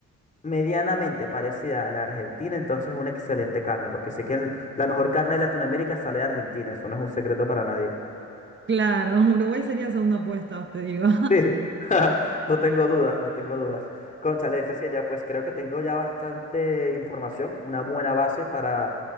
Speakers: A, on the left; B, on the right.
A: medianamente parecida a la argentina, entonces es una excelente carne, porque sé que el- la mejor carne de Latinoamérica sale de Argentina. Eso no es un secreto para nadie.
B: Claro, <laughs> Uruguay sería segundo puesto, te digo. <laughs>
A: Sí, <laughs> no tengo dudas, no tengo dudas. Cónchale, Cecilia, pues creo que tengo ya bastante información, una buena base para